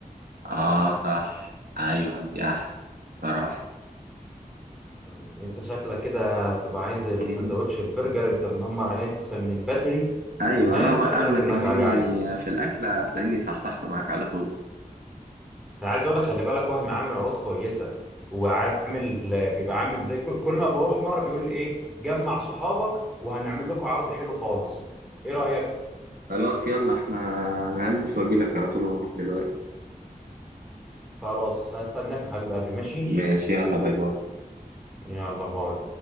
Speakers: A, on the right (about 80°); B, in the centre.
A: اه صح ايوه دي احسن بصراحة
B: مم. انت شكلك كده تبقى عايز السندوتش
A: مم.
B: البرجر انت منمر عليه اساسا من بدري
A: ايوه
B: تمام
A: انا
B: شكلك
A: اول ما
B: انك
A: تديني
B: جعان
A: في الاكل هتلاقيني صحصحت معاك على طول
B: انا عايز اقول لك خلي بالك وهم عامل عروض كويسه وعامل بيبقى عامل زي كل, كل ما بروح مره بيقول لي ايه جمع صحابك وهنعمل لكم عرض حلو خالص ايه رايك
A: خلاص يلا احنا انا هلبس واجيلك على طول ونروح دلوقتي
B: خلاص هستناك يا حبيب قلبي ماشي
A: ماشي يلا باي باي
B: يلا باي